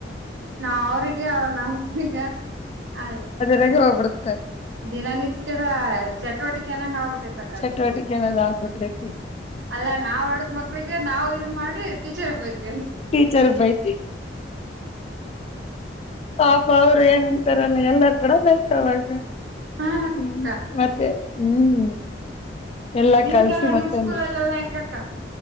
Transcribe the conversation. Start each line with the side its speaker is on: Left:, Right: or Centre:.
Right: ನಾ ಅವ್ರಿಗೆ ಅವ್ರ ನಮ್ಮನಗ ಅದೇ
Left: ರೆಗೆ ಹೋಗ್ಬಿಡುತ್ತೆ
Right: ದಿನನಿತ್ಯದ ಚಟುವಟಿಕೆಏನಂಗ ಆಗ್ಬಿಟ್ಟೈತಕ್ಕ
Left: ಚಟುವಟಿಕೆನದ್
Right: ಅದು
Left: ಆಗ್ಬಿಟೈತಿ
Right: ಅಲ್ಲಾ ನಾವ್ ಆಡದ್ ಮಕ್ಳಿಗೆ ನಾವವು ಇದದು ಮಾಡಿ ಟೀಚರ್ಬೋಯತವಿ
Left: ಟೀಚರ್ ಬೈತಿ ಪಾಪ ಅವ್ರ ಏ ರ ಎಲ್ಲಾರ ಕೂಡ ಬೇಕ ಅವಾಗ
Right: ಹಾ
Left: ಹ್ಮ್
Right: ಅಕ್ಕ
Left: ಮತ್ತೆ ಹ್ಮ್ ಎಲ್ಲ
Right: ನಿಮ್ದೆಲ್ಲ
Left: ಕಳ್ಸಿ ಮತ್ತೆ
Right: ನಿಮ್ ಸ್ಕೂಲಲ್ಲೆಲ್ಲಾ ಹೆಂಗಕ್ಕ